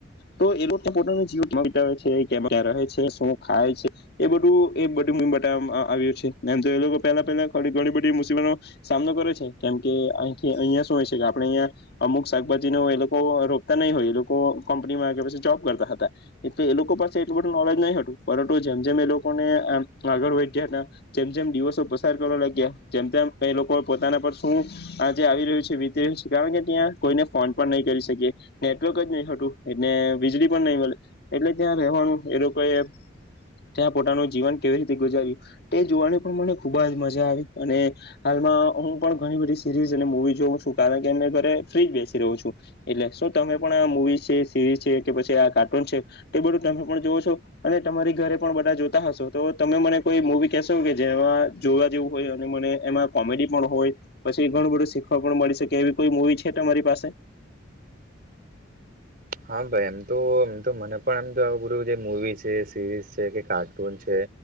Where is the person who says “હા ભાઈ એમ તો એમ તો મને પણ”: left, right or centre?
Right